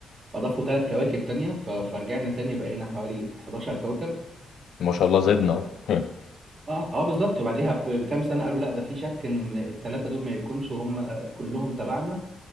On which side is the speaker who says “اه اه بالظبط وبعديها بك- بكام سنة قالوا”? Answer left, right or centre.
Right